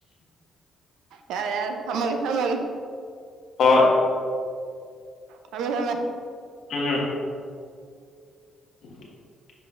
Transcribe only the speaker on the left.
ꯍꯣꯏ
ꯎꯝ <inaudible>